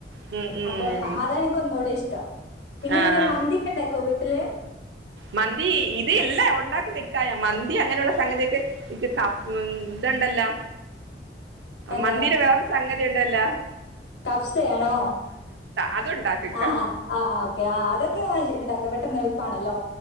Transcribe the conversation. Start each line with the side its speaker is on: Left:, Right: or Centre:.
Right: ഉം ഉം
Left: അപ്പൊ അത എനിക്ക് ഒന്നുക കൂടെ ഇഷ്ടം പിന്നെ
Right: ആഹ്
Left: എങ്ങനെ മന്തിക്കണ്ട കോവിഡ് വീട്ടിൽ
Right: മന്തി ഇത്ല്ലേ ഉണ്ടാക്കി നക്കായ മന്തി അങ്ങനെയുള്ള സംഗതിക്കെ ഇക്ക് ക ഇതുണ്ടല്ലോ
Left: എന്താ
Right: മന്ദിര വേറൊരു സംഗതി ഉണ്ട് ബല്ല
Left: കഫ്സയാണോ
Right: അതുണ്ടാക്കിക്ക
Left: ആ ആ ഓക്കെ ആ അതൊക്കെ ഉണ്ടാക്ക പെട്ടെന്ന് ആണല്ലോ